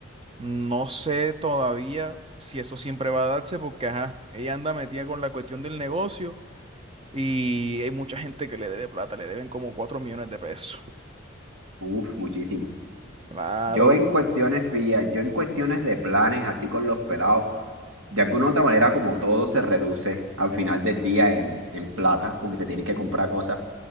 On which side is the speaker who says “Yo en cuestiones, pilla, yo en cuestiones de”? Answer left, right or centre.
Right